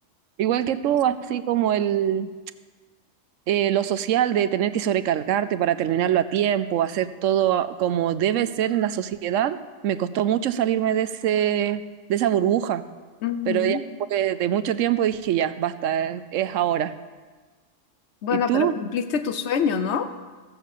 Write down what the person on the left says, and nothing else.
Ujú.
Bueno,
pero cumpliste tu sueño, ¿no?